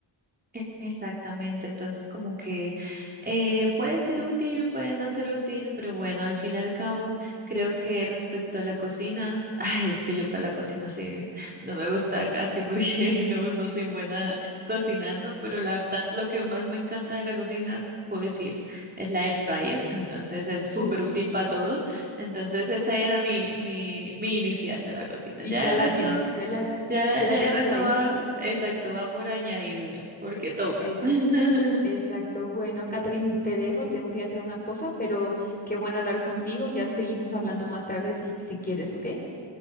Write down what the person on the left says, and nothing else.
Uf,
y
ya la
tienes, ya la, ti-
ya
la tienes
ahí.
Exacto,
exacto. Bueno, Catherine, te dejo, tengo que ir a hacer una cosa, pero qué bueno hablar contigo. Ya seguimos hablando más tarde si, si quieres, ¿ok?